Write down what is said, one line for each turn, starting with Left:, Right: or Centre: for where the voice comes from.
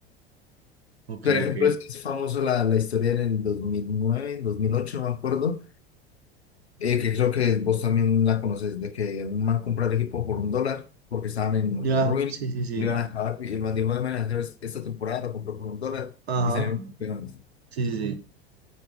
Right: ok,
Left: Por ejemplo,
Right: ok.
Left: es, es famoso la, la historia en el 2009, en 2008 no me acuerdo, eh, que creo que vos también la conoces, de que un man compró el equipo por un dólar porque estaban en
Right: Ya,
Left: ruin,
Right: sí, sí, sí.
Left: lo iban a acabar y el man dijo, "Ay, man, esta temporada lo compró por un dólar
Right: Ajá,
Left: y salieron campeones.
Right: sí, sí,